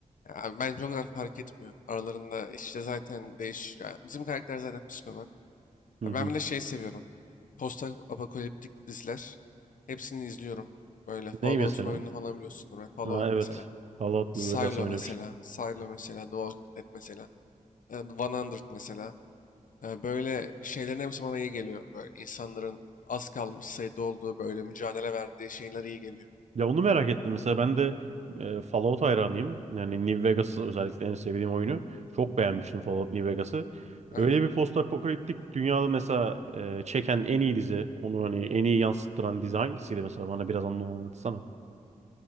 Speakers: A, on the left; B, on the right.
A: Ya, abi bence o kadar fark etmiyor. Aralarında işte zaten değiş... ya bizim karakter zaten psikopat.
B: Hı
A: Abi
B: hı.
A: ben bir de şey seviyorum. Post-apokaliptik diziler. Hepsini izliyorum. Böyle Fallout'un
B: Ney mesela?
A: oyununu falan biliyorsundur. Ben Fallout
B: Ha, evet.
A: mesela.
B: Fallout
A: Silo
B: New Vegas oynamıştım.
A: mesela, Silo mesela, The Walking Dead mesela, e, The 100 mesela. E, Böyle şeylerin hepsi bana iyi geliyor. Böyle insanların az kalmış sayıda olduğu, böyle mücadele verdiği şeyler iyi geliyor.
B: Ya onu merak ettim mesela. Ben de e, Fallout hayranıyım. Yani New Vegas özellikle en sevdiğim oyunu. Çok beğenmiştim Fallout New Vegas'ı.
A: Aynen.
B: Öyle bir postapokaliptik dünyada mesela e, çeken en iyi dizi, onu hani en iyi yansıttıran dizi hangisiydi mesela? Bana biraz anla- anlatsana.